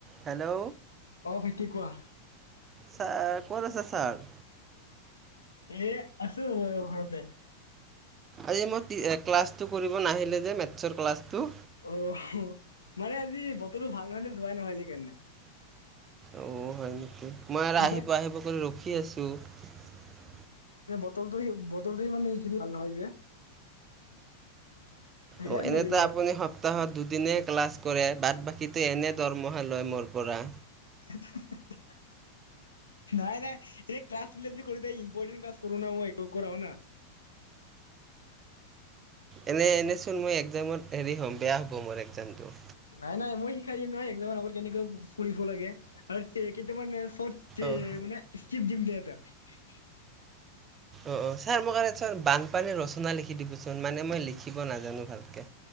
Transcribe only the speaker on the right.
Hello.
ছাৰ, ক'ত আছে ছাৰ?
আজি মই ক্লাছটো কৰিব নাহিলে যে মেথছৰ ক্লাছটো?
অঁ হয়। মই আৰু
আহিব-আহিব কৰি ৰখি আছোঁ। <unintelligible>
অ' এনেতো
আপুনি সপ সপ্তাহত দুদিনেই ক্লাছ কৰে, বাট বাকীটো এনে দৰমহা লয় মোৰ পৰা!
এনেই এনেচোন মই একজামত হেৰি হ'ম, বেয়া হ'ব মোৰ একজামটো।
অঁ
অ' অ', ছাৰ মোক কাৰণে বানপানীৰ ৰচনা লিখি দিবিচোন। মানে মই লিখিব নাজানো ভালকে।